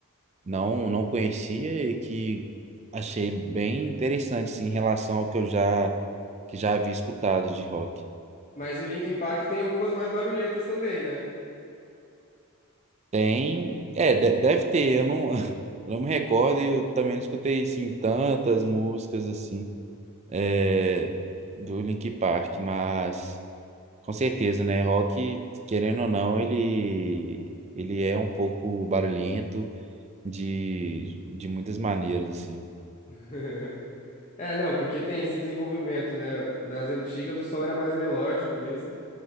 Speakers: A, on the right; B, on the left.
A: não não conhecia e que achei bem interessante assim, em relação ao que eu já que já havia escutado de rock.
B: Mas o Linkin Park tem algumas mais barulhentas também, né?
A: Tem, é, de- deve ter, eu não, <laughs> eu não me recordo e eu também não escutei, assim, tantas músicas, assim, é, do Linkin Park, mas com certeza, né, rock, querendo ou não, ele, ele é um pouco barulhento de, de muitas maneiras, assim.
B: <laughs> É, não, porque tem esse desenvolvimento, né? Nas antigas o som era mais melódico mesmo,